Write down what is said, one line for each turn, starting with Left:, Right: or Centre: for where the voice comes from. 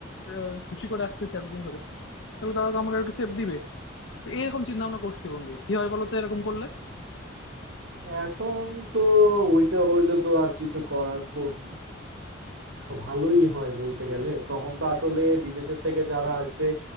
Left: আহ, খুশি করে আসতেছি এতদিন ধরে তাহলে তারা তো আমাকে একটু সেফ দিবে তো এরকম চিন্তা ভাবনা করছি বন্ধু কি হয় বলো তো এরকম করলে
Right: এখন তো ওইটা হইলে তো আর কিছু করার কর- সব ভালোই হয় বলতে গেলে তখন তো আসলে বিদেশের থেকে যারা আসবে